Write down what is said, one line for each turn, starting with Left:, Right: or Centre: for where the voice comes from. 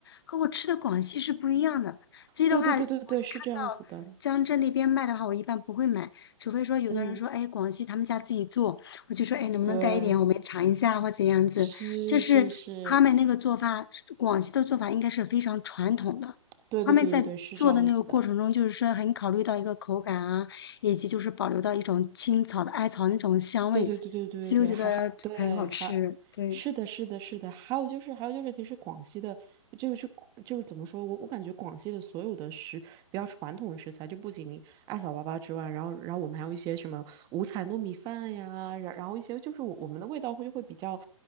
Left: 和我吃的广西是不一样的，所以的话，
Right: 对对对对对，
Left: 我一看到
Right: 是这样子的，
Left: 江浙那边卖的话，我一般不会买，除非说有的人说，
Right: 嗯，
Left: 哎，广西他们家自己做，我就说，哎，能不能带一点，
Right: 对，
Left: 我们尝一下或怎样子，
Right: 是是是。
Left: 就是他们那个做法，广西的做法应该是非常传统的。
Right: 对对对对对，
Left: 他们在做的那个过程中，
Right: 是这样子的。
Left: 就是说很考虑到一个口感啊，以及就是保留到一种青草的艾草那种香味，
Right: 对对对对对对对，
Left: 所以我觉得很好吃。
Right: 还还对还，
Left: 对，
Right: 是的，是的，是的。还有就是，还有就是，其实广西的，就是就是怎么说，我我感觉广西的所有的食比较传统的食材，就不仅艾草粑粑之外，然后然后我们还有一些什么五彩糯米饭呀，然然后一些就是我我们的味道会就会比较。